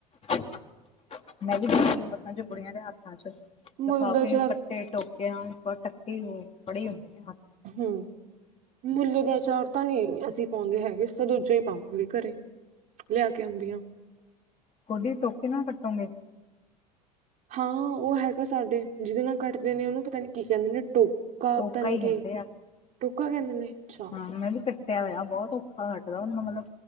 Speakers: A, on the left (about 30°); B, on the right (about 45°).
A: <inaudible> ਮੈਂ ਵੀ ਦੇਖੀਆਂ
B: ਅੱਛਾ
A: ਬੱਸਾਂ ਚ ਬੁੜੀਆਂ ਦੇ ਹੱਥਾਂ ਚ ਲਿਫਾਫੇ
B: ਮੁੱਲ ਦਾ ਅਚਾਰ
A: ਫ ਤੇ ਟੋਕੇ <inaudible> ਟੱਕੀ ਫੜੀ ਹੁੰਦੀ ਆ।
B: ਹਮ ਮੁੱਲ ਦਾ ਆਚਾਰ ਤਾਂ ਨੀ ਅਸੀਂ ਪਾਉਂਦੇ ਹੈਗੇ, ਤਾਂ ਦੂਜਾ ਹੀ ਪਾਵਾਂਗੇ। ਘਰੇ ਲਿਆ ਕੇ ਅੰਬੀਆ।
A: ਗੋਡੀ ਟੋਕੇ ਨਾ ਕੱਟੋਗੇ?
B: ਹਾਂ ਉਹ ਹੈਗਾ ਸਾਡੇ ਜਿਹਦੇ ਨਾਲ ਕੱਟਦੇ ਨੇ ਉਹਨੂੰ ਪਤਾ ਨੀ ਕੀ ਕਹਿੰਦੇ ਨੇ ਟੋ- ਕਾ
A: ਟੋਕਾ
B: ਤਨਕ
A: ਹੀ ਕਹਿੰਦੇ ਆ
B: ਟੁਕਾ ਕਹਿੰਦੇ ਨੇ? ਅੱਛਾ
A: ਹਾਂ, ਮੈਂ ਵੀ ਕੱਟਿਆ ਹੋਇਆ ਬਹੁਤ ਔਖਾ ਕਟਦਾ ਉਨੂੰ ਮਤਲਬ